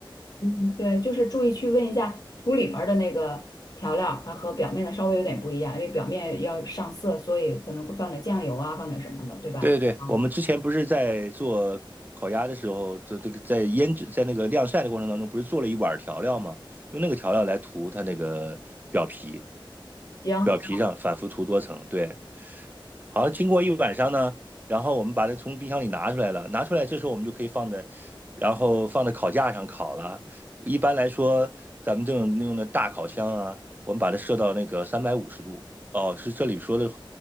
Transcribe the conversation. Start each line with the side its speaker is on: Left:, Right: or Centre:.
Left: 嗯，对，就是注意去问一下土里面儿的那个调料儿它和表面的稍微有点不一样，因为表面要上色，所以可能会放点酱油啊，放点什么的，对吧？
Right: 对对对，
Left: 好，
Right: 我们之前不是在做烤鸭的时候，做这个在腌制在那个晾晒的过程当中，不是做了一碗调料吗？用那个调料来涂它那个表皮，
Left: 行，
Right: 表皮上反复涂多层。对，好像经过一晚上呢，然后我们把它从冰箱里拿出来了，拿出来这时候我们就可以放在，然后放在烤架上烤了。一般来说，咱们这种用的大烤箱啊，我们把它设到那个三百五十度。哦，是这里说的